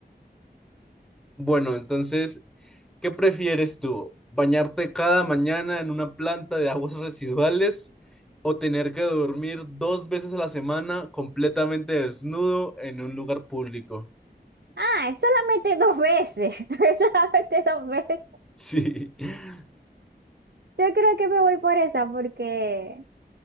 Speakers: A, in the centre; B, on the right.
A: Bueno, entonces ¿Qué prefieres tú? ¿Bañarte cada mañana en una planta de aguas <laughs> residuales o tener que dormir dos veces a la semana completamente desnudo en un lugar público?
B: Ah, solamente dos veces. <laughs> Solamente dos veces.
A: Sí, <laughs>
B: Yo creo que me voy por esa porque